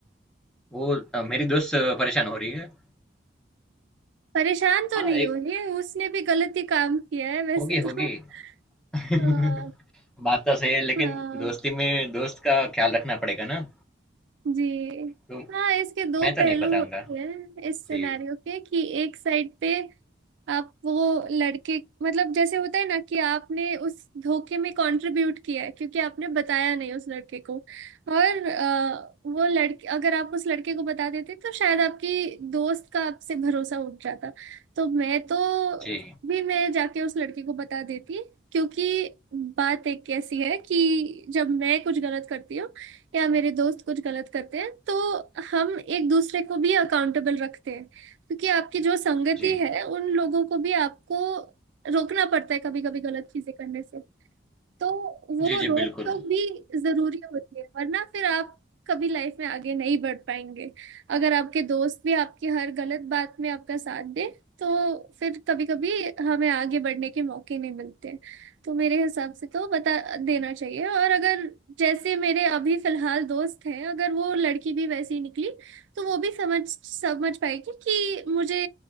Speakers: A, in the centre; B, on the right.
A: वो अ, मेरी दोस्त परेशान हो रही है
B: परेशान तो
A: हाँ
B: नहीं
A: एक
B: होगी उसने भी गलत ही काम किया है वैसे
A: होगी होगी
B: तो
A: <laughs> बात
B: हाँ
A: तो सही है लेकिन
B: हाँ
A: दोस्ती में दोस्त का ख्याल रखना पड़ेगा ना
B: जी
A: तो
B: हाँ इसके दो
A: मैं तो
B: पहलू
A: नहीं बताऊंगा
B: होते हैं इस सिनेरियो
A: जी
B: के कि एक साइड पे आप वो लड़के मतलब जैसे होता है ना कि आपने उस धोखे में कंट्रीब्यूट किया है क्योंकि आपने बताया नहीं उस लड़के को और अ, वो लड़के अगर आप उस लड़के को बता देते तो शायद आपकी दोस्त का आपसे भरोसा उठ जाता तो मैं तो
A: जी
B: भी मैं जाके उस लड़के को बता देती क्योंकि बात एक ऐसी है कि जब मैं कुछ गलत करती हूँ या मेरे दोस्त कुछ गलत करते हैं तो हम एक दूसरे को भी अकाउंटेबल रखते हैं क्योंकि आपकी जो संगति
A: जी
B: है उन लोगों को भी आपको रोकना पड़ता है कभी कभी गलत चीजें करने से तो वो
A: जी जी
B: रोक
A: बिल्कुल
B: टोक भी जरूरी होती है वरना फिर आप कभी लाइफ में आगे नहीं बढ़ पाएंगे अगर आपके दोस्त भी आपकी हर गलत बात में आपका साथ दे तो फिर कभी कभी हमें आगे बढ़ने के मौके नहीं मिलते तो मेरे हिसाब से तो बता देना चाहिए और अगर जैसे मेरे अभी फिलहाल दोस्त हैं अगर वो लड़की भी वैसी ही निकली तो वो भी समझ समझ पाएगी कि मुझे